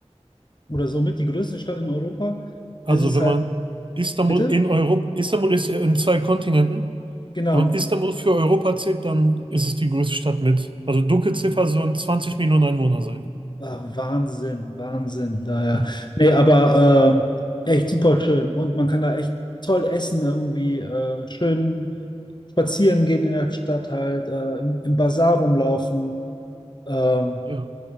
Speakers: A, on the left; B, on the right.
A: oder somit die größte Stadt in Europa,
B: Also
A: ist es
B: wenn
A: halt,
B: man Istanbul
A: bitte?
B: in Europa, Istanbul ist ja in zwei Kontinenten.
A: Genau.
B: Wenn man Istanbul für Europa zählt, dann ist es die größte Stadt mit. Also Dunkelziffer sollen 20 Millionen Einwohner sein.
A: Ah, Wahnsinn, Wahnsinn. Daher.
B: Ja.
A: Nee, aber äh, echt super schön. Und man kann da echt toll essen, irgendwie äh, schön spazieren gehen in der Stadt halt, äh, im, im Basar rumlaufen. Ähm,
B: ja.